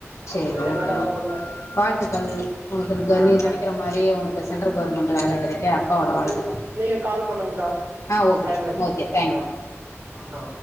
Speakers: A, on the left; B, on the right.
A: சேரி
B: வெளியே
A: ஓகே
B: மேலே வரணும்ல
A: ஓகே வாழ்த்துக்கள் உனக்குனுக்கு
B: ஆ
A: நீ
B: தேங்க்ஸ்க்கா
A: நெனைக்கற மாரி உனக்கு சென்ட்ரல் கவர்மெண்ட் வேல கெடைக்க அக்காவோட வாழ்த்துக்கள்
B: சரி நீங்க கால் பண்ணுங்கக்கா
A: ஆ ஓகே-ஓகே
B: டைம் ஆயிடுச்சு
A: தேங்க்யூ
B: ஆ ஆ